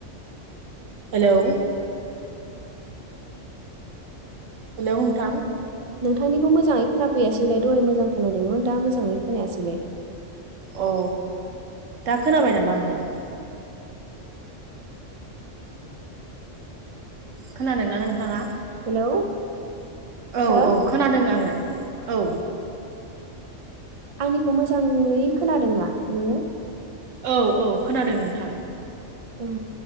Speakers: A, on the right; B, on the right.
A: हेलौ हेलौ नोंथां
B: नोंथांनिखौ मोजाङै खोनाफैयासैलाय दहाय मोजां खोनादोंमोन दा मोजाङै खोनायासैलाय
A: अ दा खोनाबाय नामा नोंथां? खोनादोंना नोंथाङा
B: हेलौ
A: औ
B: हो
A: औ खोनादों आङो औ
B: आंनिखौ मोजाङै खोनादोंना नोङो?
A: औ औ खोनादों नोंथां
B: औ